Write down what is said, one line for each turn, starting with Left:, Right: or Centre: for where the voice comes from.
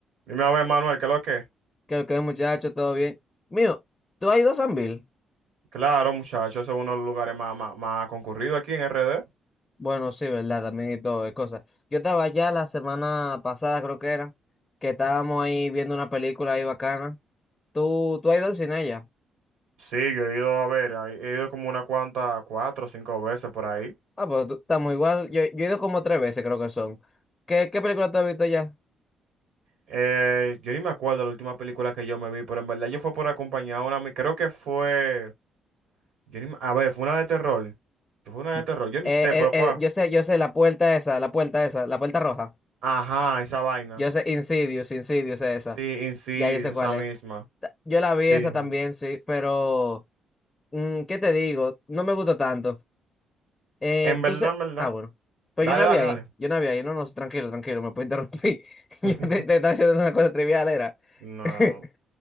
Right: Dime a ver, Manuel, ¿qué es lo que?
Left: Creo que muchacho, todo bien. Mío, ¿tú has ido a San Bill?
Right: Claro, muchachos, ese es uno de los lugares más, más, más concurridos aquí en RD.
Left: Bueno, sí, ¿verdad? También y todo, es cosa. Yo estaba allá la semana pasada, creo que era, que estábamos ahí viendo una película ahí bacana. ¿Tú, tú has ido al cine allá?
Right: Sí, yo he ido a ver, ahí- he ido como una cuanta, cuatro o cinco veces por ahí.
Left: Ah, pues tú- estamos igual. Yo, yo he ido como tres veces, creo que son. ¿Qué, qué película tú has visto allá?
Right: Eh, yo ni me acuerdo la última película que yo me vi, pero en verdad yo fue por acompañar a una, ami- creo que fue, yo ni me- a ver, fue una de terror. Fue una
Left: <laughs>
Right: de terror, yo ni
Left: Eh,
Right: sé,
Left: eh,
Right: pero
Left: eh,
Right: fue,
Left: yo sé, yo sé, la puerta esa, la puerta esa, la puerta roja.
Right: ajá, esa vaina.
Left: Yo sé, Insidious, Insidious es esa.
Right: Sí, Insidious,
Left: Ya yo sé
Right: esa
Left: cuál
Right: misma.
Left: es. Ta- Yo la
Right: Sí.
Left: vi esa también, sí, pero... Mm, ¿qué te digo? No me gusta tanto. Eh,
Right: En verdad,
Left: tú se...
Right: en verdad.
Left: Ah, bueno. Pues
Right: Dale,
Left: yo no había
Right: dale,
Left: ahí.
Right: dale.
Left: Yo no había ahí. No, no, tranquilo, tranquilo, me puedo interrumpir. <laughs>
Right: <laughs>
Left: Yo te, te estaba haciendo una cosa trivial, era.
Right: No.
Left: <laughs>